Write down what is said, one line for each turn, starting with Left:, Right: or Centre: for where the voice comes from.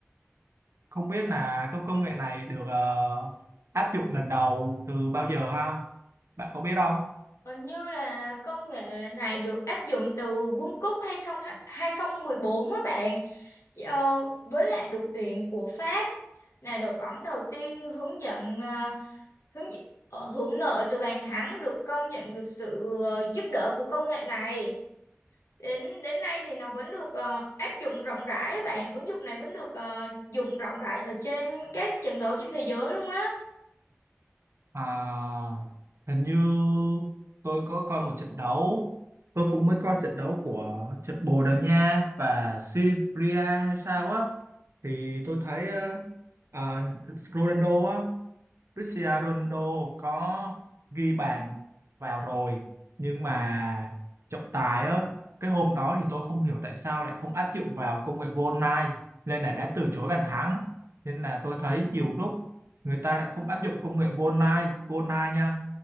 Right: không biết là các công nghệ này được ờ, áp dụng lần đầu từ bao giờ ha bạn có biết không
Left: Còn như là công nghệ này được áp dụng từ World Cup 20, 2014 á bạn. Ờ, với lại đội tuyển của Pháp là đội bóng đầu tiên hướng dẫn ờ, hướng ờ, hưởng lợi từ bàn thắng được công nhận được sự ờ, giúp đỡ của công nghệ này. đến đến nay thì nó vẫn được ờ, áp dụng rộng rãi á bạn ứng dụng này vẫn được ờ, dùng rộng rãi ở trên các trận đấu trên thế giới luôn á
Right: à, hình như tôi có coi một trận đấu tôi cũng mới coi trận đấu của trận Bồ Đào Nha và Serbia hay sao á thì tôi thấy ờ, à, Ronaldo á Cristiano Ronaldo có ghi bàn vào rồi nhưng mà trọng tài á cái hôm đó thì tôi không hiểu tại sao lại không áp dụng vào công nghệ goal line nên là đã từ chối bàn thắng nên là tôi thấy nhiều lúc người ta lại không áp dụng công nghệ goal line goal line nha